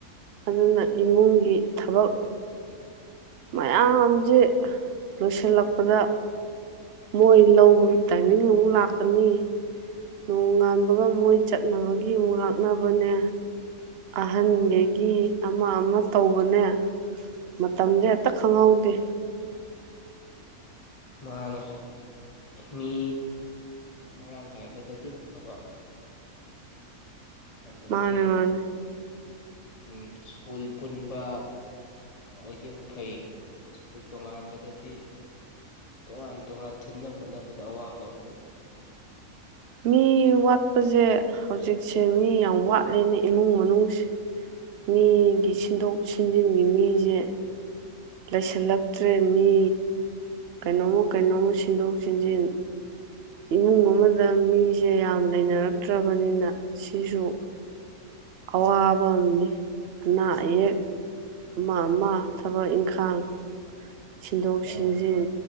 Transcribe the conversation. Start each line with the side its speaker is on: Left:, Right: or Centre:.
Right: ꯑꯗꯨꯅ ꯏꯃꯨꯡꯒꯤ ꯊꯕꯛ ꯃꯌꯥꯝꯁꯦ ꯂꯣꯏꯁꯤꯜꯂꯛꯄꯗ ꯃꯣꯏ ꯂꯧꯕꯒꯤ ꯇꯥꯏꯃꯤꯡ ꯑꯃꯨꯛ ꯂꯥꯛꯀꯅꯤ ꯅꯣꯡꯉꯥꯟꯕꯒ ꯃꯣꯏ ꯆꯠꯅꯕꯒꯤ ꯑꯃꯨꯛ ꯂꯥꯛꯅꯕꯅꯦ ꯑꯍꯟꯗꯒꯤ
Left: ꯃꯥꯅꯤ
Right: ꯑꯃ ꯑꯃ ꯇꯧꯕꯅꯦ ꯃꯇꯝꯁꯦ ꯍꯦꯛꯇ ꯈꯪꯍꯧꯗꯦ
Left: ꯃꯥꯅꯦ ꯃꯤ ꯃꯔꯥꯡ ꯀꯥꯏꯕꯗ ꯑꯗꯨꯝ ꯊꯕ ꯑꯗꯒꯤꯨꯜ
Right: ꯃꯥꯅꯦ ꯃꯥꯅꯦ
Left: ꯎ ꯁ꯭ꯀꯨꯜ ꯄꯨꯟꯕ ꯑꯣꯏꯗꯤ ꯑꯃꯨꯛ ꯐꯩ ꯁ꯭ꯀꯨꯜ ꯇꯣꯉꯥꯟꯕꯗꯗꯤ ꯇꯣꯉꯥꯟ ꯇꯣꯉꯥꯟ ꯊꯤꯟꯅ ꯍꯣꯠꯅꯕꯗ ꯑꯋꯥꯄꯥ ꯑꯃꯅꯤꯅꯤ
Right: ꯃꯤ ꯋꯥꯠꯄꯁꯦ ꯍꯧꯖꯤꯛꯁꯦ ꯃꯤ ꯌꯥꯝ ꯋꯥꯠꯂꯦꯅ ꯏꯃꯨꯡ ꯃꯅꯨꯡ ꯃꯤꯒꯤ ꯁꯤꯟꯗꯣꯛ ꯁꯤꯟꯖꯤꯟꯒꯤ ꯃꯤꯁꯦ ꯂꯩꯁꯤꯜꯂꯛꯇ꯭ꯔꯦ ꯃꯤ ꯀꯩꯅꯣꯝꯃ ꯀꯩꯅꯣꯝꯃ ꯁꯤꯟꯗꯣꯛ ꯁꯤꯟꯖꯤꯟ ꯏꯃꯨꯡ ꯑꯃꯗ ꯃꯤꯁꯦ ꯌꯥꯝ ꯂꯩꯅꯔꯛꯇ꯭ꯔꯕꯅꯤꯅ ꯁꯤꯁꯨ ꯑꯋꯥꯕ ꯑꯃꯅꯤ ꯑꯅꯥ ꯑꯌꯦꯛ ꯑꯃ ꯑꯃ ꯊꯕꯛ ꯏꯪꯈꯥꯡ ꯁꯤꯟꯗꯣꯛ
Left: ꯃꯥꯅꯤ
Right: ꯁꯤꯟꯖꯤꯟ